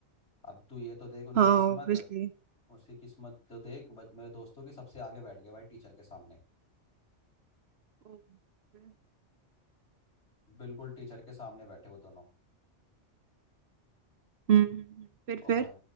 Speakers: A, on the left (about 65°); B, on the right (about 60°).
A: अब तू ये तो देख उनकी
B: हाँ
A: किस्मत
B: ऑब्वियसली
A: उसकी किस्मत तो देख बच- मेरे दोस्तों की सबसे आगे बैठ गए भाई टीचर के सामने
B: हम्म हम्म,
A: बिल्कुल टीचर के सामने बैठे वो दोनों
B: हम्म, फिर
A: और
B: फिर
A: भाई